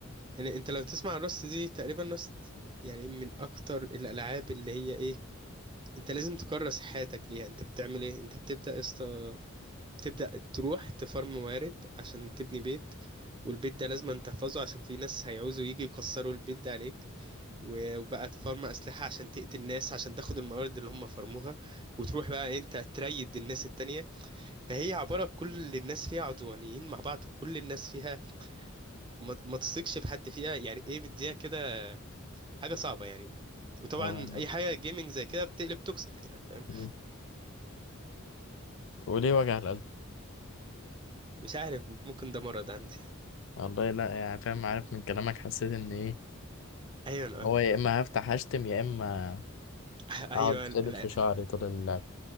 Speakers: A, on the right; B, on the left.
A: يعني انت لو تسمع الرست دي تقريبا رست يعني من اكتر الالعاب اللي هي ايه انت لازم تكرس حياتك ليها انت بتعمل ايه انت بتبدا يا اسطى تبدا تروح تفرم موارد عشان تبني بيت والبيت ده لازم أن تحفظه عشان في ناس هيعوزوا يجي يكسروا البيت ده عليك و- وبقى تفرم أسلحة عشان تقتل ناس عشان تاخد الموارد اللي هم فرموها وتروح بقى إيه، انت تريد الناس التانية فهي عبارة كل الناس فيها عدوانيين مع بعض كل الناس فيها ما, ما تثقش في حد فيها يعني ايه بديها كده حاجة صعبة يعني وطبعا
B: اه
A: اي حاجة جيمنج زي كده بتقلب توكسيك يعني فاهم
B: مم. وليه وجع القلب
A: مش عارف ممكن ده مرض عندي
B: والله لا يعني فاهم عارف من كلامك حسيت ان ايه
A: ايوه
B: هو
A: اه
B: يا اما هفتح اشتم يا اما
A: <laughs> ايوه
B: اقعد شدد
A: لا
B: في شعري طول اللعب